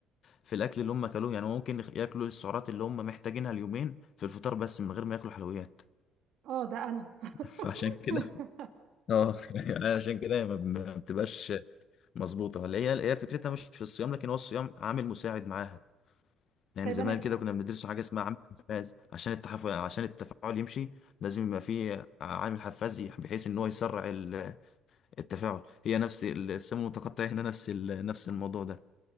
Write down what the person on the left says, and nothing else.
في الاكل اللي هم اكلوه يعني ممكن يخ- ياكلوا السعرات اللي هم محتاجينها اليومين في الفطار بس من غير ما ياكلوا حلويات
فعشان كده اه <laughs> يعني عشان كده ما ما بتبقاش مظبوطه ولا هي هي فكرتها مش في الصيام لكن هو الصيام عامل مساعد معاها يعني
زمان
كده كنا بندرسوا حاجه اسمها عامل حفاز عشان التحف... عشان التفاعل يمشي لازم يبقى فيه عامل حفاز بحيث ان هو يسرع ال- التفاعل هي نفس الصيام المتقطع هنا نفس ال... نفس الموضوع ده